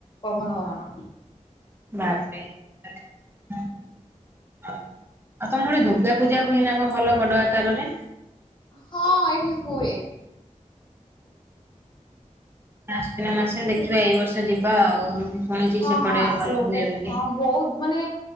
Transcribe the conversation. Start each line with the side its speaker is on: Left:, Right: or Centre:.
Left: ପବନ ଭବନ।
Right: ବାପରେ ହଁ। ଆଉ ତମର ଗୋଟେ ଦୁର୍ଗା ପୂଜା ହୁଏ ନା କଣ ଭଲ ବଡ ଆକାରରେ।
Left: ହଁ ଏଇଠି ହୁଏ।
Right: ଆଶ୍ୱିନ ମାସେରେ ଦେଖିବା
Left: ଏଇଠି
Right: ଏଇ ବର୍ଷ ଯିବା ଆଉ। ଶୁଣିଛି
Left: ହଁ
Right: ସେପଟେ
Left: ହଁ ଆସିବ
Right: ଭଲ ହୁଏ
Left: ବୁ
Right: ବୋଲି।
Left: ହଁ ବହୁତ୍। ମାନେ